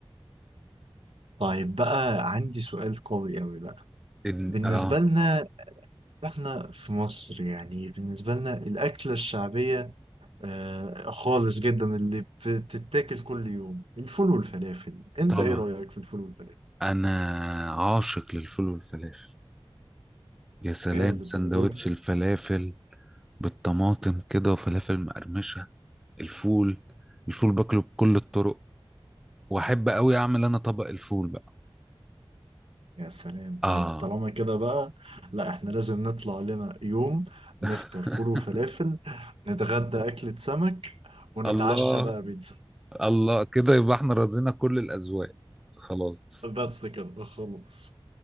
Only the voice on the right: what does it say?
طيب بقى عندي سؤال قوي قوي بقى
بالنسبة
لنا احنا في مصر يعني بالنسبة لنا الأكلة الشعبية آه خالص جدا اللي بتتاكل كل يوم الفول والفلافل انت
ايه رأيك في الفول والفلافل؟
يا للدرجة
دي
يا سلام طيب
طالما كده بقى لا احنا لازم نطلع لنا يوم نفطر
فول وفلافل نتغدى أكلة سمك ونتعشى
بقى بيتزا
<laughs> بس كده خلاص